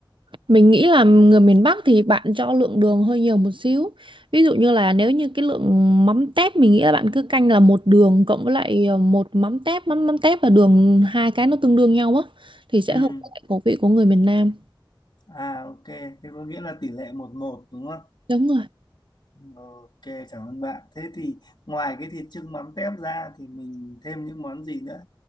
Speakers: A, on the right; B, on the left.
A: Mình nghĩ là người miền Bắc thì bạn cho lượng đường hơi nhiều một xíu. Ví dụ như là nếu như cái lượng mắm tép mình nghĩ là bạn cứ canh là một đường cộng với lại ờ, một mắm tép, mắm mắm tép và đường hai cái nó tương đương nhau á thì sẽ
B: Ừm,
A: hợp với lại khẩu vị của người miền Nam.
B: à ok thế có nghĩa là tỷ lệ một một đúng không
A: Đúng rồi.
B: Ok, cảm ơn bạn. Thế thì ngoài cái thịt chưng mắm tép ra thì mình thêm những món gì nữa?